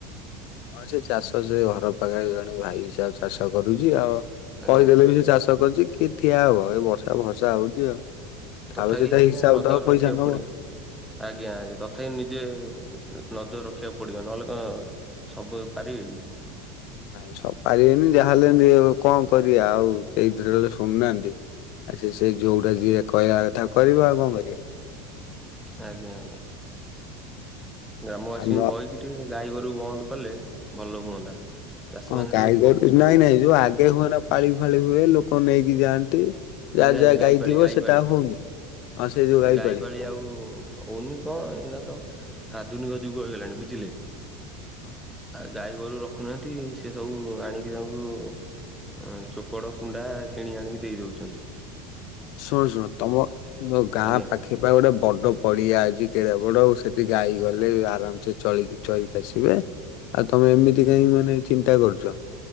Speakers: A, on the left; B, in the centre.
A: ହଁ ସେ ଚାଷ ସେ ଘର ପାଖେରେ ଜଣେ ଭାଇ <unintelligible> ଚାଷ କରୁଚି ଆଉ।
B: ଆଜ୍ଞା
A: କହିଦେଲେ
B: ଆଜ୍ଞା
A: ବି ସେ ଚାଷ କରୁଚି କିଏ ଠିଆ ହବ ଏ ବର୍ଷା ଫର୍ଷା ହଉଚି ଆଉ। ତାପରେ
B: ତଥାବି
A: ସେ ତା
B: ଆଜ୍ଞା
A: ହିସାବ
B: ନଜର୍
A: ଦବ ପଇସା
B: ରଖିଆକୁ
A: ନବ।
B: ପଡିବ। ଆଜ୍ଞା ଆଜ୍ଞା, ତଥାପି ନିଜେ ନଜର ରଖିବାକୁ ପଡିବ, ନହେଲେ କଣ ସବୁ ଏବେ ପାରିବେ କି?
A: ନାଇଁ ସବୁ ପାରିବେନି, ଯାହାହଲେ କଣ କରିବା ଆଉ କେହିଥିରେ ହେଲେ ଶୁଣୁନାହାନ୍ତି ଆ ସେ ସେ ଯୋଉଟା ଯିଏ କହିବା କଥା କରିବ ଆଉ କଣ କରିବା?
B: ଆଜ୍ଞା ଆଜ୍ଞା, ଗ୍ରାମବାସୀଙ୍କୁ
A: ଆଉ ନ
B: କହିକି ଟିକେ ଗାଈ ଗୋରୁକୁ ବନ୍ଦ କଲେ, ଭଲ ହୁଅନ୍ତା। ଚାଷୀମାନେ
A: ହଁ, ଗାଈଗର
B: ଟିକେ ଉପକୃତ
A: ନାଇଁ
B: ହୁଅନ୍ତେ
A: ନାଇଁ, ଯୋଉ ଆଗେ ହୁଏ ନା ପାଳି ଫାଳି ହୁଏ, ଲୋକ ନେଇକି ଯାଆନ୍ତି।
B: ଆଜ୍ଞା
A: ଯାହା
B: ଆଜ୍ଞା
A: ଯାହା
B: ଗାଈପାଳି
A: ଗାଈଥିବ
B: ଗାଈପାଳି
A: ସେଟାହା ହଉନି, ହଁ ସେଇ ଯୋଉ
B: ଆଜ୍ଞା
A: ଗାଈ
B: ଗାଈପାଳି
A: ପାଳି ଆ।
B: ଆଉ ହଉନି କଣ, ଏଇନା ତ, ଆଧୁନିକ ଯୁଗ ହେଇଗଲାଣି ବୁଝିଲେ?
A: ହଁ।
B: ଆ ଗାଈ ଗୋରୁ ରଖୁନାହାନ୍ତି, ସେ ସବୁ ଆଣିକି ତାଙ୍କୁ ଚୋକଡ଼ କୁଣ୍ଡା କିଣି ଆଣିକି ଦେଇ ଦଉଚନ୍ତି।
A: ଶୁଣ ଶୁଣ, ତମ ଗାଁ
B: ଆଜ୍ଞା।
A: ପାଖେ ହେଇପା ଗୋଟେ ବଡ ପଡିଆ ଅଛି କେଡ ବଡ ଆଉ, ସେଠି ଗାଈ ଗଲେ ଆରାମସେ ଚଳିକି ଚରିକି ଆସିବେ। ଆଉ ତମେ ଏମିତି କାହିଁ ମାନେ ଚିନ୍ତା କରୁଚ?